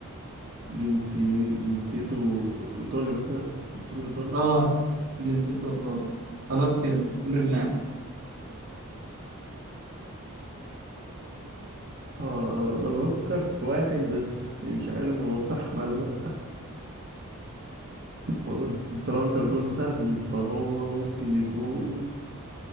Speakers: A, on the right; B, on the right.
A: جنسي جنسيته إيطالي مثلا؟ جنسيته إيطالي؟
B: اه جنسيته ايطالي خلاص كده تقول اللاعب
A: اه انا بفكر في واحد بس مش عارف هو صح ولا لا وأنت- انت لو انت بتقول سهل فهو ممكن يكون